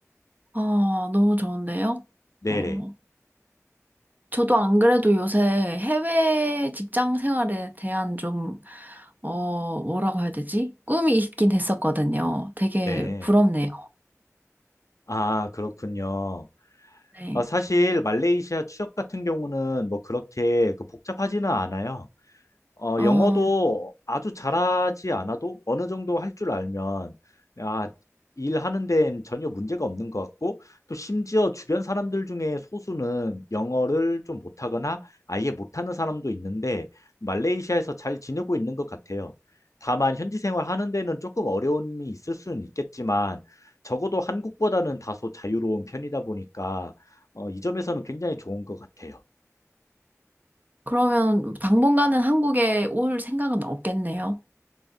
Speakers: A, on the right (about 35°); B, on the left (about 80°).
A: 어, 너무 좋은데요?
B: 네네.
A: 어, 저도 안 그래도 요새 해외 직장 생활에 대한 좀, 어, 뭐라고 해야 되지? 꿈이 있긴 했었거든요. 되게
B: 네.
A: 부럽네요.
B: 아, 그렇군요.
A: 네.
B: 아, 사실 말레이시아 취업 같은 경우는 뭐 그렇게 그 복잡하지는 않아요. 어,
A: 어,
B: 영어도 아주 잘하지 않아도 어느 정도 할 줄 알면, 아, 일하는 데엔 전혀 문제가 없는 것 같고, 또 심지어 주변 사람들 중에 소수는 영어를 좀 못하거나 아예 못하는 사람도 있는데, 말레이시아에서 잘 지내고 있는 것 같아요. 다만, 현지 생활하는 데는 조금 어려움이 있을 수는 있겠지만, 적어도 한국보다는 다소 자유로운 편이다 보니까, 어, 이 점에서는 굉장히 좋은 것 같아요.
A: 그러면 당분간은 한국에 올 생각은 없겠네요.